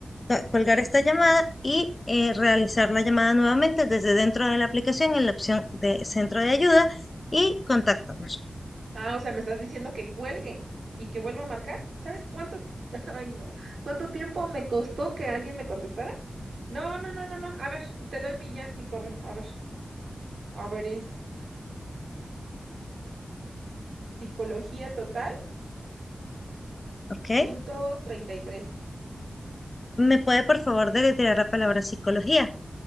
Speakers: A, on the left; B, on the right.
A: ca- colgar esta llamada y eh, realizar la llamada nuevamente desde dentro de la aplicación en la opción de centro de ayuda y contáctanos,
B: Ah, o sea, me estás diciendo que cuelgue y que vuelva a marcar. ¿Sabes cuánto, <laughs> ay no, cuánto tiempo me costó que alguien me contestara? No, no, no, no, no. A ver, te doy mi ya, mi correo. A ver, a ver, es psicología total
A: ¿ok?
B: punto 33.
A: ¿Me puede por favor deletrear la palabra psicología?